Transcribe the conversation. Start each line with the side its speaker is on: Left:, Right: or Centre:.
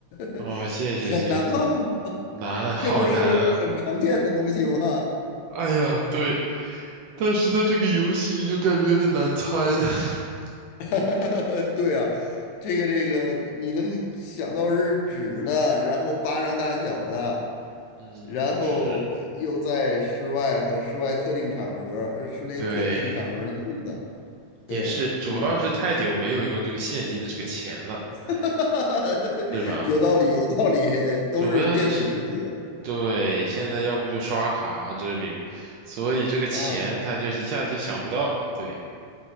Left: <laughs>
Right: 哦，谢谢谢谢，
Left: 很难吗？<laughs>
Right: 难，好难啊！
Left: 这不是生活中很常见的东西吗？
Right: 哎呀，对。但是在这个游戏里就感觉有点难猜。<laughs>
Left: <laughs> 对啊，这个这个，你能想到是纸的，然后巴掌大小的，
Right: 嗯，
Left: 然后又在室外和室外特定场合、
Right: 是，
Left: 呃室内特定场合能用的，
Right: 对，也是，
Left: 对，
Right: 主要是太久没有用这个现金的这个钱了，
Left: 嗯，<laughs>
Right: 哎，是吧？
Left: 有道理，有道理，都是电子支付
Right: 主要的是，对，现在要不就刷卡这边，所以这个钱他就一下子就想不到，
Left: 啊。
Right: 对，